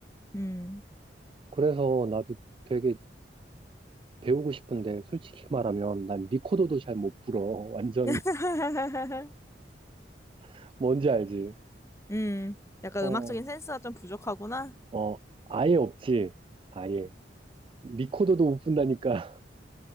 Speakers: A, on the left; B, on the right.
A: 음.
B: 그래서 나도 되게 배우고 싶은데 솔직히 말하면 난 리코더도 잘 못 불어. 완전
A: <laughs>
B: <laughs> 뭔지 알지?
A: 음. 약간
B: 어,
A: 음악적인 센스가 좀 부족하구나.
B: 어, 아예 없지. 아예. 리코더도 못 분다니까.